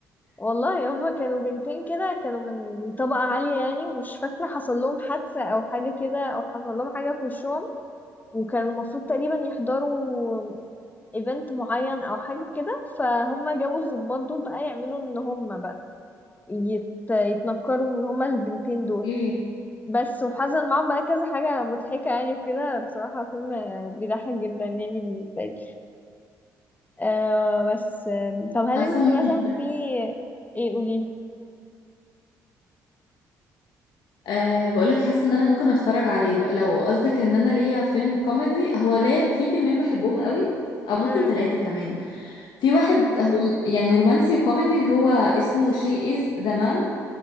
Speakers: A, on the left; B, on the left.
A: والله هم كانوا بنتين كده كانوا من طبقة عالية يعني ومش فاكرة حصل لهم حادثة او حاجة كده او حصل لهم حاجة في وشهم وكان المفروض تقريبا يحضروا ايفنت معين او حاجة كده فهم جابوا الضباط دول بقى يعملوا ان هم بقى يت... يتنكروا ان هما البنتين دول
B: ايه
A: بس وحصل معاهم بقى كذا حاجة مضحكة يعني وكده بصراحة فيلم آه، بيضحك جدا يعني بالنسبة لي آه بس آه طب هل
B: حاسه
A: انت
B: ممكن
A: مثلا في ايه قولي
B: أه بقولك حاسه ان انا ممكن اتفرج عليه بقى. لو قصدك ان انا ليا فيلم كوميدي هو ليه في فيلمين بحبهم قوي او ممكن
A: امم
B: ثلاثه كمان في واحد هو يعني رومانسي وكوميدي اللي هو اسمه شي از ذا مان